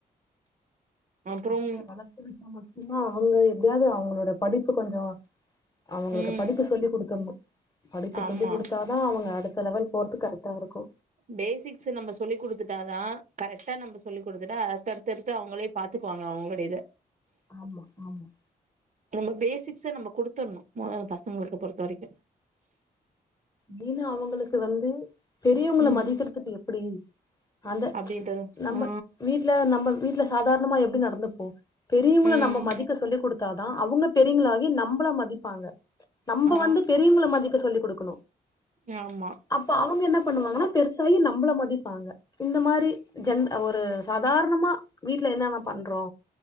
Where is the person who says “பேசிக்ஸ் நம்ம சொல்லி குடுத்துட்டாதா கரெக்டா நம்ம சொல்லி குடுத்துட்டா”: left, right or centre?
Right